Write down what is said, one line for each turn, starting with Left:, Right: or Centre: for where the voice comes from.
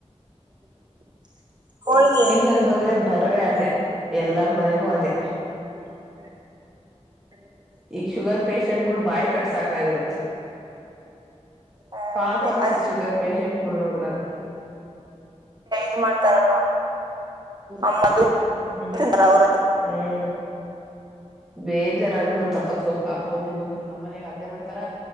Right: <inaudible> ಹೋಳ್ಗೆ
Centre: ಈಗ ಸೀಸನ್ ಬಂದ್ರೆ ಬರ್ರೆ ಅದೇ ಎಲ್ಲರ ಮನೆಗೂ ಅದೇ.
Right: <inaudible>
Centre: ಈಗ್ ಶುಗರ್ ಪೇಷಂಟ್ ಗಳು ಬಾಯ್ ಕಟ್ ಸಾಕಾಗಿರುತ್ತೆ.
Right: ಹ್ಮ್
Centre: ಪಾಪಾ
Right: ಅದೇ
Centre: ಅನ್ಸತ್
Right: ಅದಕ್ಕೆ
Centre: ಶುಗರ್ ಪೇಷೆಂಟ್ಗಳು ನೋಡಿದಾಗ.
Right: ಇ ಮಾಡ್ತಾರಲ್ವಾ ಅಮ್ಮದು
Centre: ಹ್ಮ್
Right: ತಿಂದ್ರ ಅವ್ರದ್ದು
Centre: ಹ್ಮ್ ಬೇಜಾರಾಗಬಿಡತ್ತಪ್ಪತ್. ಪಾಪ ಅವ್ರಿಗಂತು ನಮ್ಮ ಮನೆಗ ಅದ್ನೆ ಮಾಡ್ತಾರ